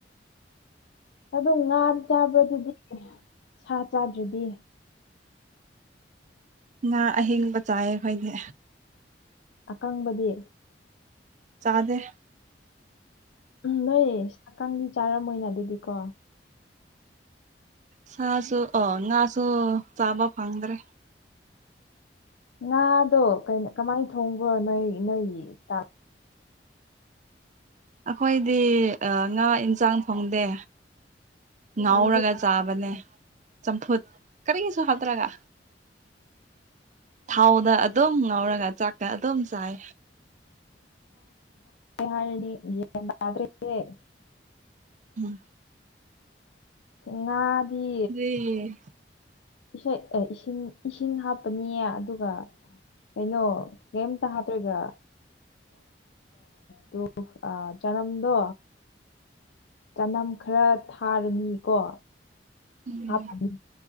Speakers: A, on the left; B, on the right.
A: ꯑꯗꯨꯝ ꯉꯥ ꯆꯥꯕꯗꯨꯗꯤ ꯁꯥ ꯆꯥꯗ꯭ꯔꯗꯤ
B: ꯉꯥ ꯑꯍꯤꯡꯕ ꯆꯥꯏꯌꯦ ꯑꯩꯈꯣꯏꯅꯦ
A: ꯑꯀꯪꯕꯗꯤ
B: ꯆꯥꯗꯦ
A: ꯎꯝ ꯅꯣꯏ ꯁꯛꯀꯥꯡꯗꯤ ꯆꯥꯔꯝꯃꯣꯏꯅ ꯑꯗꯨꯗꯤ ꯀꯣ
B: ꯁꯥꯁꯨꯨ ꯑꯣ ꯉꯁꯨ ꯆꯥꯕ ꯐꯪꯗ꯭ꯔꯦ꯫
A: ꯉꯥꯗꯣ ꯀꯃꯥꯏꯅ ꯊꯣꯡꯕ꯭ꯔꯣ ꯅꯣꯏ ꯅꯣꯏꯒꯤ ꯏꯁꯇ
B: ꯑꯩꯈꯣꯏꯗꯤ ꯉꯥ ꯏꯟꯁꯥꯡ ꯐꯣꯡꯗꯦ ꯉꯥꯎꯔꯒ
A: ꯑꯗꯨꯗꯤ
B: ꯆꯥꯕꯅꯦ ꯆꯝꯐꯨꯠ ꯀꯔꯤꯒꯤꯁꯨ ꯍꯥꯞꯇꯔꯒ ꯊꯥꯎꯗ ꯑꯗꯨꯝ ꯉꯥꯎꯔꯒ ꯆꯥꯛꯀ ꯑꯗꯨꯝ ꯆꯥꯏ
A: ꯨ ꯍꯥꯏꯔꯤꯅꯤ ꯌꯦꯟ ꯌꯥꯥꯗ꯭ꯔꯦꯁꯦ <unintelligible>
B: ꯎꯝ
A: ꯉꯥꯗꯤ꯫
B: ꯎ <unintelligible>
A: ꯏꯁꯩ ꯑꯦ ꯏꯁꯤꯡ ꯏꯁꯤꯡ ꯍꯥꯞꯄꯅꯤꯌꯦ ꯑꯗꯨꯒ ꯀꯩꯅꯣ ꯀꯩꯝꯇ ꯍꯥꯞꯇ꯭ꯔꯒ ꯇꯨ ꯆꯅꯝꯗꯣ ꯆꯅꯝ ꯈꯔ ꯊꯥꯔꯅꯤꯀꯣ
B: ꯎꯝ
A: ꯍꯥꯞꯄꯅꯤ